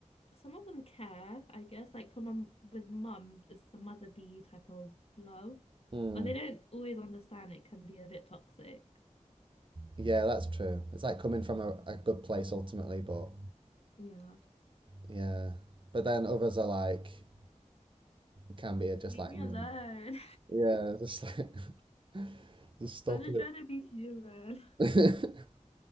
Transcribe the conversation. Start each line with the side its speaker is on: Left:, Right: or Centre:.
Left: Some of them care, I guess. Like from a, with mums, it's the motherly type of love.
Right: Mm.
Left: But they don't always understand it can be a bit toxic.
Right: Yeah, that's true. It's like coming from a, a good place ultimately, but
Left: Yeah.
Right: yeah, but then others are like can be just
Left: Leave
Right: like
Left: me
Right: me.
Left: alone.
Right: Yeah, just like <laughs> just
Left: <laughs>
Right: stop
Left: I'm just trying to be human.
Right: it. <laughs>